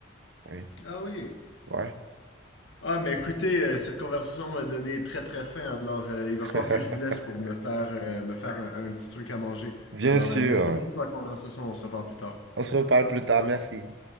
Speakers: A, on the right (about 65°); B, on the left (about 80°).
A: Oui,
B: Ah oui.
A: ouais.
B: Ah, mais écoutez, euh, cette conversation m'a donné très très faim, alors euh, il va falloir
A: <laughs>
B: que je vous laisse pour me faire, euh, me faire un, un petit truc à manger.
A: Bien
B: Alors,
A: sûr.
B: euh, merci
A: euh,
B: beaucoup pour la conversation, on se reparle plus tard.
A: On se reparle plus tard. Merci.